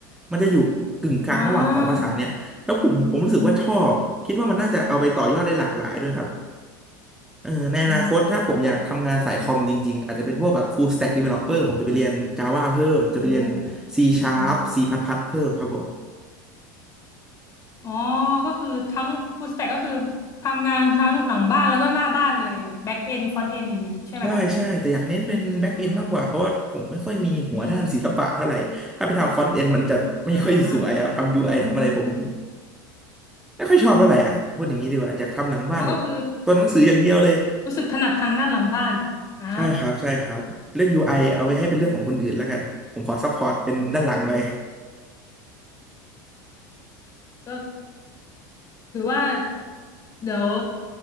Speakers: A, in the centre; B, on the left.
A: มันจะอยู่กึ่งกลางระหว่างสองภาษาเนี่ยแล้วผมผมรู้สึกว่าชอบคิดว่ามันน่าจะเอาไปต่อยอดได้หลากหลายด้วยครับ
B: อ่า
A: เออในอนาคตถ้าผมอยากทำงานสายคอมจริงๆอาจจะเป็นพวกแบบ
B: อืมใช่ใช่
A: full stack developer ผมจะไปเรียน Java เพิ่มจะไปเรียน
B: โอ้อ่า
A: C sharp C++ เพิ่มครับผม
B: อ๋อก็คือทั้งฟูลสแต็กก็คือทำงานทั้งหลังบ้านแล้วก็หน้าบ้านเลยแบบแบ็กเอนฟรอนต์เอนอย่างนี้ใช่ไหมคะ
A: ใช่ใช่แต่อยากเน้นเป็นแบ็กเอนมากกว่าเพราะว่าผมไม่ค่อยมีหัวด้านศิลปะเท่าไหร่ถ้าไปทำฟอนต์เอนมันจะไม่ค่อยสวยอะทำยูไอทำอะไรผม
B: อ่าอืมอ่า
A: ไม่ค่อยชอบเท่าไหร่อ่ะพูดอย่างนี้ดีกว่าอยากทำหลังบ้านแบบตัวหนังสืออย่างเดียวเลย
B: อ๋อก็คือรู้สึกถนัดทางด้านหลังบ้านอ่า
A: ใช่ครับใช่ครับเรื่องยูไอเอาไว้ให้เป็นเรื่องของคนอื่นแล้วกันผมขอซัพพอร์ตเป็นด้านหลังไป
B: ก็ถือว่า เดี๋ยว